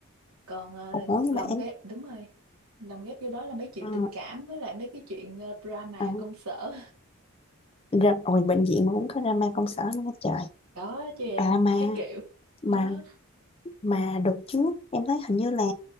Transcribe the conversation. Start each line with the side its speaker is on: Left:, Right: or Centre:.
Right: còn ờ,
Left: ủa nhưng
Right: lồng
Left: mà em
Right: ghép đúng rồi lồng ghép vô đó là mấy chuyện
Left: ờ,
Right: tình cảm với lại mấy cái chuyện ờ, drama
Left: ờ,
Right: công sở
Left: ra rồi bệnh viện mà cũng có drama công sở nữa hết trời
Right: <laughs> đó chứ em
Left: à mà
Right: cái kiểu
Left: mà
Right: đó
Left: mà đợt trước em thấy hình như là